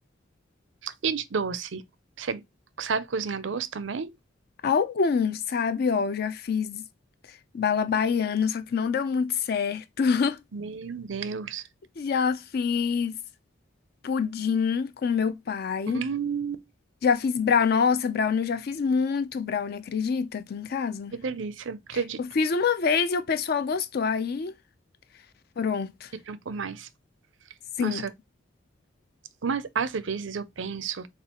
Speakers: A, on the right; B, on the left.
A: E de doce? Você sabe cozinhar doce também?
B: Alguns, sabe, ó, eu já fiz bala baiana, só que não deu muito certo. <laughs>
A: Meu Deus.
B: Já fiz pudim com meu pai.
A: Hum,
B: Já fiz brownie. Nossa, brownie, eu já fiz muito brownie, acredita? Aqui em casa.
A: que delícia. Acredito,
B: Eu fiz uma vez e o pessoal gostou. Aí, pronto.
A: pediram por mais.
B: Sim.
A: Nossa, mas às vezes eu penso